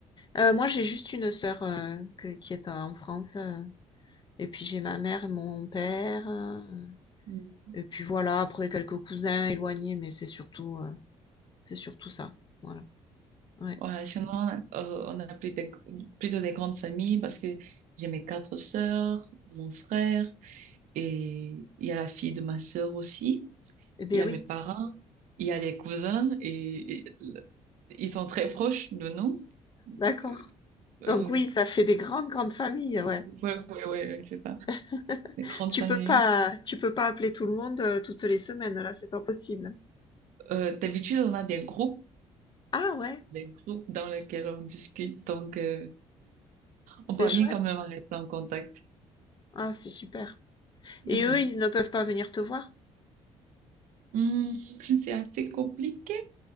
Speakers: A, on the left; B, on the right.
A: Heu, moi, j'ai juste une sœur, heu, que qui est en France, heu et puis j'ai ma mère et mon père, heu
B: Mm.
A: et puis voilà, après quelques cousins éloignés, mais c'est surtout, heu, c'est surtout ça. Voilà, ouais
B: Ouais, sinon, euh, on a plus des- plutôt des grandes familles parce que j'ai mes quatre sœurs, mon frère et il y a la fille de ma sœur aussi.
A: Eh bien,
B: Il y a
A: oui,
B: mes parents, il y a les cousins et, et le- ils sont très proches de nous.
A: d'accord.
B: Euh, euh,
A: Donc
B: donc,
A: oui, ça fait des grandes, grandes familles, ouais.
B: ouais, ouais, ouais, ouais, c'est ça.
A: <laughs>
B: Une grande
A: Tu
B: famille.
A: peux pas tu peux pas appeler tout le monde, heu, toutes les semaines, là, c'est pas possible.
B: Euh, d'habitude, on a des groupes,
A: Ah ouais,
B: des groupes dans lesquels on discute. Donc, euh, on
A: c'est
B: parvient
A: chouette.
B: quand même à rester en contact.
A: Ah, c'est super
B: Mhm.
A: et eux, ils ne peuvent pas venir te voir?
B: Hmm, <laughs> c'est assez compliqué.